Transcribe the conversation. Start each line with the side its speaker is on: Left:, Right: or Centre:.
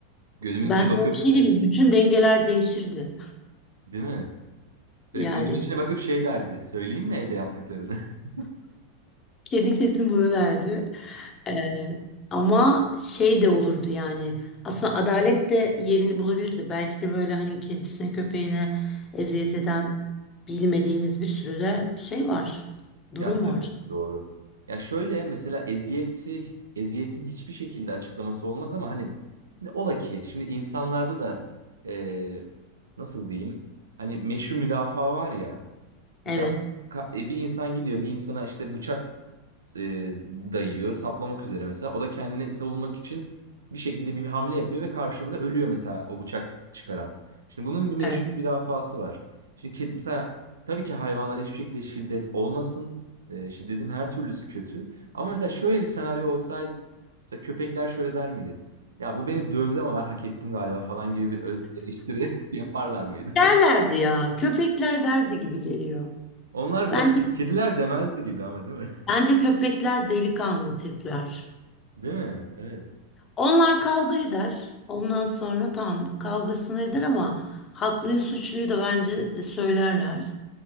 Right: Gözümün
Left: Ben
Right: içine
Left: sana
Right: bakıp
Left: bir şey diyeyim mi? Bütün dengeler değişirdi.
Right: <laughs> değil mi? Böyle
Left: Yani
Right: gözümün içine bakıp şey derdi. Söyleyeyim mi evde yaptıklarını? <laughs>
Left: kedi kesin bunu derdi. Ee, ama şey de olurdu yani. Aslında adalet de yerini bulabilirdi. Belki de böyle hani kedisine köpeğine eziyet eden bilmediğimiz bir sürü de şey var. Durum
Right: Ya tabii
Left: var.
Right: doğru. Ya şöyle mesela eziyeti eziyetin hiçbir şekilde açıklaması olmaz ama hani şimdi ola ki şimdi insanlarda da eee, nasıl diyeyim? Hani meşru müdafaa var ya.
Left: Evet,
Right: Mesela ka- e, bir insan gidiyor bir insana işte bıçak e, dayıyor saplamak üzere mesela. O da kendini savunmak için bir şekilde bir hamle yapıyor ve karşılığında ölüyor mesela o bıçak çıkaran. Şimdi bunun bir meşru
Left: evet.
Right: müdafası var. Şimdi ked- mesela tabii ki hayvanlara hiçbir şekilde şiddet olmasın. E, şiddetin her türlüsü kötü. Ama mesela şöyle bir senaryo olsaydı mesela köpekler şöyle der miydi? Ya bu beni dövdü ama ben hak ettim galiba falan gibi bir öz eleştiri <laughs> yaparlar mıydı?
Left: Derlerdi
Right: <laughs>
Left: ya. Köpekler derdi gibi geliyor.
Right: Onlar
Left: Bence
Right: biraz kediler demezdi gibi ama değil mi?
Left: bence köpekler delikanlı tipler.
Right: Değil mi? Evet.
Left: Onlar kavga eder. Ondan sonra tamam kavgasını eder ama haklıyı suçluyu da bence e, söylerler.